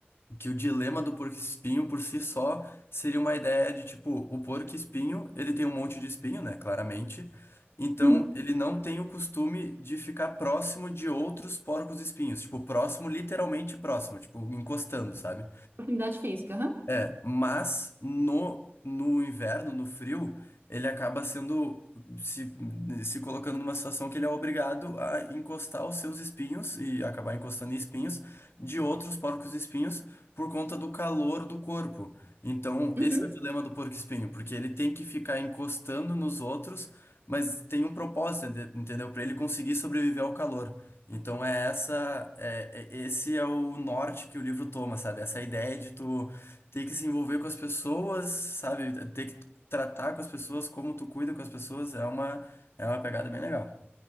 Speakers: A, on the left; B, on the right.
A: que o dilema do porco-espinho por si só seria uma ideia de, tipo, o porco-espinho, ele tem um monte de espinho, né, claramente. Então,
B: hum.
A: ele não tem o costume de ficar próximo de outros porcos-espinhos, tipo, próximo, literalmente próximo, tipo, encostando, sabe?
B: Proximidade física, aham.
A: É, mas no, no inverno, no frio, ele acaba sendo se, se colocando numa situação que ele é obrigado a encostar os seus espinhos e acabar encostando em espinhos de outros porcos-espinhos por conta do calor do corpo. Então,
B: Uhum.
A: esse é o dilema do porco-espinho, porque ele tem que ficar encostando nos outros, mas tem um propósito, ente- entendeu? Para ele conseguir sobreviver ao calor. Então é essa, é, é- esse é o norte que o livro toma, sabe? Essa ideia de tu tem que se envolver com as pessoas, sabe? ter que tratar com as pessoas, como tu cuida com as pessoas, é uma, é uma pegada bem legal.